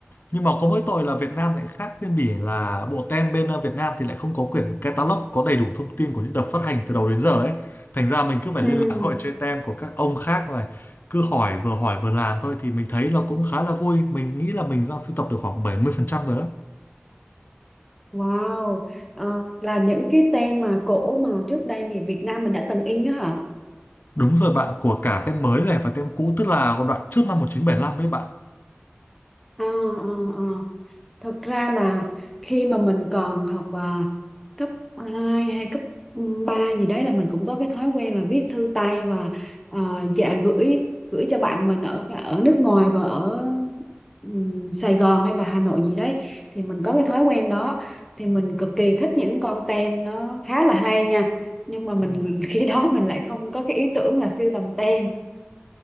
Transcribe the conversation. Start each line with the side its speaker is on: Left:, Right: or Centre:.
Left: Nhưng mà có mỗi tội là Việt Nam lại khác bên Bỉ là bộ tem bên ờ, Việt Nam thì lại không có quyển catalog có đầy đủ thông tin của những đợt phát hành từ đầu đến giờ ấy thành ra mình cứ phải
Centre: ừ
Left: liên lạc hội chơi tem của các ông khác này cứ hỏi vừa hỏi vừa làm thôi thì mình thấy nó cũng khá là vui mình nghĩ là mình đang sưu tập được khoảng 70% rồi đó
Centre: wow Ờ, là những cái tên mà cổ mà trước đây thì Việt Nam mình đã từng in đó hả
Left: đúng rồi bạn của cả tem mới này và tem cũ tức là của đoạn trước năm 1975 ấy bạn
Centre: ờ ờ ờ Thật ra là khi mà mình còn học à, cấp 2 hay cấp 3 gì đấy là mình cũng có cái thói quen là viết thư tay và à, dạ gửi gửi cho bạn mình ở ở nước ngoài và ở ừm, Sài Gòn hay là Hà Nội gì đấy thì mình có cái thói quen đó thì mình cực kỳ thích những con tem nó khá là hay nha nhưng mà mình
Left: Ừ.
Centre: <laughs> khi đó mình lại không có cái ý tưởng là sưu tầm tem